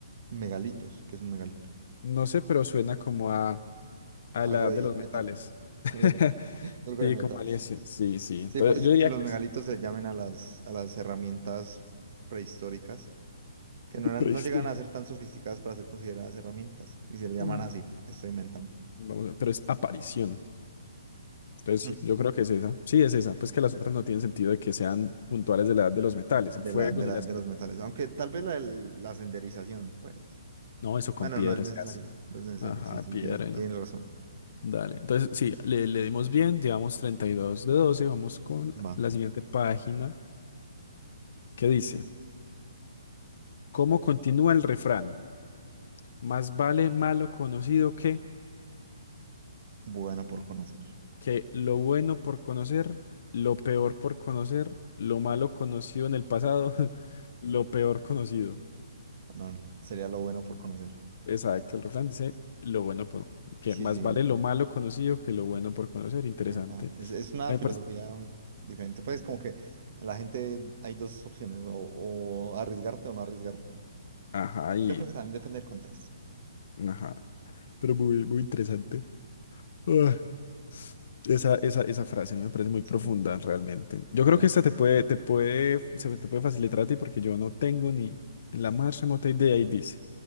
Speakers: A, on the right; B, on the left.
A: Megalitos, que es un megalito.
B: No sé, pero suena como a, a
A: Algo
B: la
A: de
B: de los
A: metal.
B: metales. <laughs>
A: Algo de metal. Algo
B: Sí,
A: de metal,
B: como alienación.
A: sí.
B: Sí, sí. Entonces,
A: Sí, puede ser
B: yo
A: que
B: diría
A: los
B: que
A: megalitos
B: es
A: se llamen a las, a las herramientas prehistóricas, que no eran,
B: Prehistórica.
A: no llegan a ser tan sofisticadas para ser consideradas herramientas, y se le llaman
B: Mm.
A: así, estoy inventando.
B: Vamos a- ver, pero es aparición. Entonces,
A: Mm.
B: sí, yo creo que es esa. Sí, es esa. Pues
A: Sí,
B: que las otras no tienen sentido de que sean puntuales de la edad de los metales, el
A: De
B: fuego
A: la, de
B: ni
A: la,
B: la escritura.
A: de los metales. Aunque tal vez la, del- la senderización, pues.
B: No, eso con
A: Bueno,
B: piedra
A: no es necesario.
B: se hace.
A: No es necesario.
B: Ajá,
A: Sí, sí,
B: piedra,
A: tienes, tienes
B: ¿no?
A: razón.
B: Dale, entonces sí, le, le dimos bien, llevamos 32 de doce vamos con
A: Va.
B: la siguiente página que dice, ¿cómo continúa el refrán? Más vale malo conocido que,
A: Bueno por conocer.
B: que lo bueno por conocer, lo peor por conocer, lo malo conocido en el pasado, <laughs> lo peor conocido.
A: No, sería lo bueno por conocer.
B: Exacto, el refrán dice lo bueno por, que
A: Sí,
B: más
A: sí.
B: vale lo malo conocido que lo bueno por conocer, interesante.
A: Epa, es, es una
B: A mí
A: filosofía
B: me parece-
A: mm, diferente. Pues como que la gente hay dos opciones, o, o arriesgarte o no arriesgarte.
B: Ajá,
A: Yo
B: y,
A: creo que también depende del contexto.
B: ajá, pero muy, muy interesante. Ah, Esa, esa, esa frase a mí me parece muy
A: Sí,
B: profunda realmente. Yo
A: sí, por
B: creo que
A: ejemplo.
B: esta te puede, te puede, se te puede facilitar a ti porque yo no tengo ni la más remota idea y dice,